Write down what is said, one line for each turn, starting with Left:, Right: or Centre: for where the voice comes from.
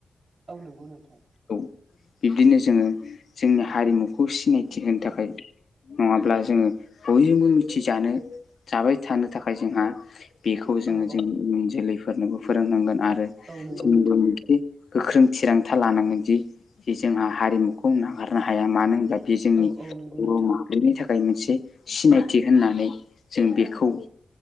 Right: औ नंगौ नोंथां
Left: औ बिब्दिनो जोङो जोंनि हारिमुखौ सिनायथि होनो थाखाय नङाब्ला जोङो बयजोंबो मिथिजानो जाबाय थानो थाखाय जोंहा बेखौ जोङो
Right: औ औ
Left: जोंनि इयुन जोलैफोरनोबो फोरोंनांगोन आरो
Right: औ नंगौ
Left: जोंबो
Right: नोंथां
Left: मोनसे गोख्रों थिरांथा लानांगोनदि जि जोंहा हारिमुखौ नागारनो हाया मानो होनब्ला बि जोंनि
Right: औ औ नंगौ नोंथां
Left: बर' मा हारिनि थाखाय मोनसे सिनायथि होननानै जों बेखौ